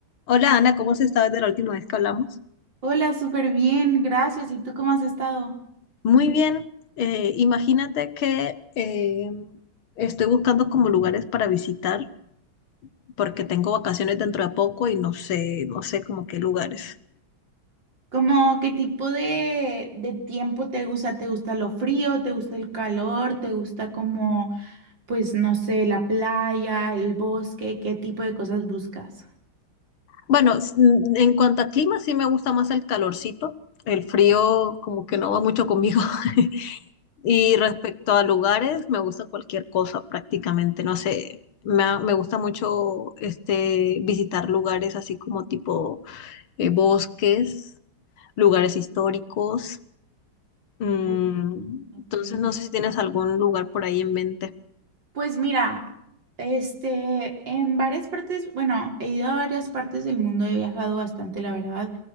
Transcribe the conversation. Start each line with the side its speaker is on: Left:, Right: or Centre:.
Left: Hola Ana, ¿cómo has estado desde la última vez que hablamos?
Right: Hola, súper bien, gracias. ¿Y tú cómo has estado?
Left: Muy bien. Eh, imagínate que eh, estoy buscando como lugares para visitar porque tengo vacaciones dentro de poco y no sé, no sé como qué lugares.
Right: ¿Cómo qué tipo de, de tiempo te gusta? ¿Te gusta lo frío? ¿Te gusta el calor? ¿Te gusta como, pues, no sé, la playa, el bosque? ¿Qué tipo de cosas buscas?
Left: Bueno, s- mm, en cuanto a clima, sí me gusta más el calorcito. El frío como que no va mucho conmigo. <laughs> Y respecto a lugares, me gusta cualquier cosa prácticamente. No sé, me, ha- me gusta mucho este, visitar lugares así como tipo eh, bosques. lugares históricos. Mm,
Right: Oh, Ok.
Left: entonces, no sé si tienes algún lugar por ahí en mente.
Right: Pues mira, este, en varias partes, bueno, he ido a varias partes del mundo, he viajado bastante, la verdad,